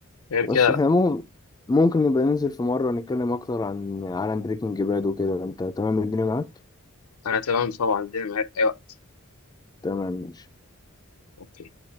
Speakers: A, on the left; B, on the left.
A: غير
B: بس
A: كده
B: احنا
A: لا
B: مهم ممكن نبقى ننزل في مرة نتكلم أكتر عن عالم بريكنج باد وكده أنت تمام الدنيا معاك؟
A: انا تمام طبعا الدنيا معايا في اي وقت
B: تمام ماشي
A: اوكي